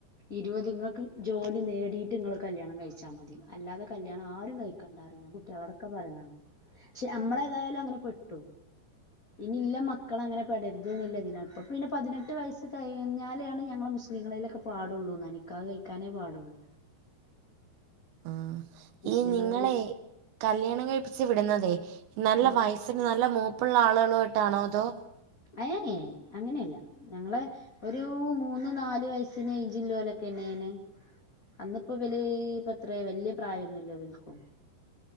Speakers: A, on the left; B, on the right.
A: ഇരുപത് ഇങ്ങക്ക് ജോലി നേടിയിട്ട് നിങ്ങൾ കല്യാണം കഴിച്ചാൽ മതി അല്ലാതെ കല്യാണം ആരും കഴി ക്കണ്ട പറിം ഞാൻ കുട്ടികളൊടൊക്കെ പറയുന്നതാണ് പക്ഷെ നമ്മള് ഏതായാലും അങ്ങനെ പെട്ടു ഇനില്ല മക്കള് അങ്ങനെ പെടരുത് എന്നുള്ള ഇതിലാ അപ്പൊ പിന്നെ പതിനെട്ട് വയസ്സ് കഴിഞ്ഞാലേ ആണ് ഞങ്ങൾ മുസ്ലീങ്ങളിലൊക്കെ പാടുള്ളൂന്നാ നിക്കാഹ് കഴിക്കാനേ പാടുള്ളൂ
B: ആ
A: മുസ്ലിങ്ങളേല്
B: ഈ നിങ്ങളെ യ് കല്യാണം കഴിപ്പിച്ച് വിടുന്നതെ നല്ല
A: ഉം
B: വയസ്സിന് നല്ല മൂപ്പുള്ള ആളുകളോടാണോ അതോ
A: ഏ ഏ അങ്ങനെയല്ല ഞങ്ങളെ ഒരു മൂന്ന് നാല് വയസിന് ഏജ്ല്ലൊലൊക്കെണ് ണ് അന്ന്പ്പോ ഇവല് ഇപ്പത്ര വല്യ പ്രായൊന്നുല്ല ഇവൽക്കും